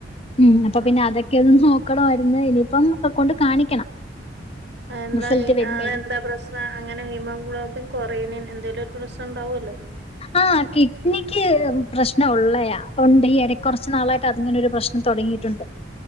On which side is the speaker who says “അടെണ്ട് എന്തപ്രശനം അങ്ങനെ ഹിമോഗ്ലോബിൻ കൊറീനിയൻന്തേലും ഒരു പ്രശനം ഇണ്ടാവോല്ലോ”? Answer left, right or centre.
Right